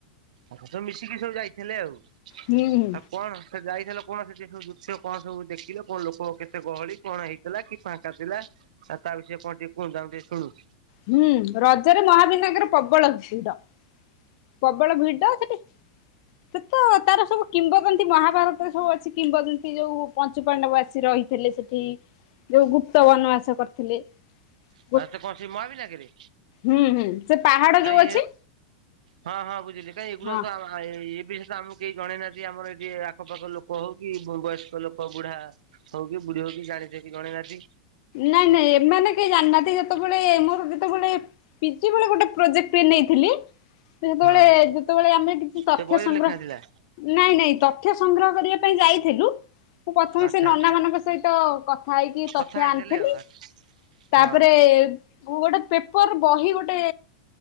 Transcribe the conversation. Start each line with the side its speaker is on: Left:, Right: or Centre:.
Right: ଆ ତ ମିଶିକି ସବୁ ଯାଇଥିଲେ ଆଉ।
Left: ହୁଁ ହୁଁ
Right: ଆଉ କଣ ସେ ଯାଇଥିଲ କଣ ସେ ସବୁ ଦୃଶ୍ୟ କଣ ସବୁ ଦେଖିଲ କଣ ଲୋକ କେତେ ଗହଳି କଣ ହେଇ ଥିଲା କି ଫାଙ୍କା ଥିଲା ଆଉ ତା ବିଷୟ କଣ ଟିକେ କୁହନ୍ତୁ ଆମ ଟିକେ ଶୁଣୁ।
Left: ହୁଁ! ରଜରେ ମହାବିନାୟକରେ ପ୍ରବଳ ଭିଡ। ପ୍ରବଳ ଭିଡ ସେଟି। ସେ ତ ତାର ସବୁ କିମ୍ବଦନ୍ତୀ ମହାଭାରତରେ ସବୁ ଅଛି କିମ୍ବଦନ୍ତୀ ଯୋଉ ପଞ୍ଚୁ ପାଣ୍ଡବ ଆସି ରହି ଥିଲେ ସେଠି, ଯୋଉ ଗୁପ୍ତ ବନବାସ କରିଥିଲେ।
Right: ଆଉ
Left: ଗୋଟ୍
Right: ସେ କଣ ସେ ମହାବିନାୟକରେ
Left: ହୁଁ ହୁଁ ସେ ପାହାଡ
Right: କାଇଁ
Left: ଯୋଉ ଅଛି।
Right: ହଁ ହଁ ବୁଝିଲି କାହିଁ ଏଗୁରା
Left: ହଁ
Right: ତ ଆଁ ଆ ଏଇ ଏଇ ବିଷୟ ତ ଆମକୁ କେହି ଜଣେଇ ନାହାନ୍ତି ଆମର ଏଇଠି ଆଖପାଖ ଲୋକ ହଉ କି ମୁଁ ବୟସ୍ କ ଲୋକ ବୁଢା ହଉ କି ବୁଢୀ ହଉ କି ଜାଣିଥ କି ଜଣେଇ ନାହାନ୍ତି।
Left: ନାଇଁ ନାଇଁ ଏମାନେ କେହି ଜାଣିନାହାନ୍ତି ଯେତେବେଳେ ମୋର ଯେତେବେଳେ ପିଛି ବଳେ ଗୋଟେ ପ୍ରୋଜେକ୍ଟ ନେଇଥିଲି। ସେତେବେଳେ
Right: ହଁ
Left: ଯେତେବେଳେ ଆମେ କିଛି ତଥ୍ୟ
Right: ସେ ବହିରେ
Left: ସଂଗ୍ର
Right: ଲେଖା ଥିଲା
Left: ନାଇଁ ନାଇଁ ତଥ୍ୟ ସଂଗ୍ରହ କରିବା ପାଇଁ ଯାଇଥିଲୁ। ମୁଁ ପ୍ରଥମେ
Right: ଆଚ୍ଛା
Left: ସେ ନନା ମାନଙ୍କ ସହିତ କଥା ହେଇକି
Right: କଥା
Left: ତଥ୍ୟ
Right: ହେଇଥିଲେ
Left: ଆଣିଥିଲି।
Right: ଆଉ ହଁ
Left: ତାପରେ <unintelligible> ମୁଁ ଗୋଟେ ପେପର ବହି ଗୋଟେ